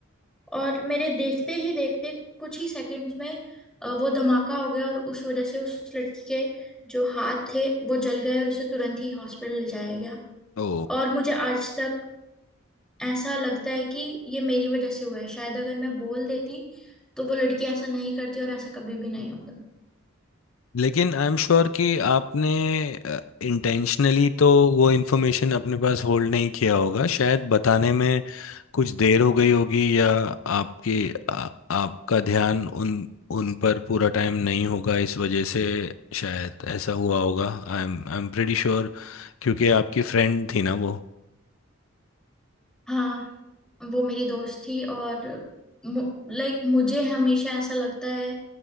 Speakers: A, in the centre; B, on the left.
A: और मेरे देखते ही देखते कुछ ही सेकंड्स में अ, वो धमाका हो गया और उस वजह से उस लड़की के जो हाथ थे वो जल गए और उसे तुरंत ही हॉस्पिटल ले जाया गया
B: ओ
A: और मुझे आज तक ऐसा लगता है कि ये मेरी वजह से हुआ है शायद अगर मैं बोल देती तो वो लड़की ऐसा नहीं करती और ऐसा कभी भी नहीं होता
B: लेकिन आई एम श्योर कि आपने इंटेंशनली तो वो इन्फॉर्मेशन अपने पास होल्ड नहीं किया होगा शायद बताने में कुछ देर हो गई होगी या आपकी आ, आपका ध्यान उन उन पर पूरा टाइम नहीं होगा इस वजह से शायद ऐसा हुआ होगा I am I am pretty sure क्योंकि आपकी फ्रेंड थी ना वो
A: हाँ वो मेरी दोस्त थी और लाइक मुझे हमेशा ऐसा लगता है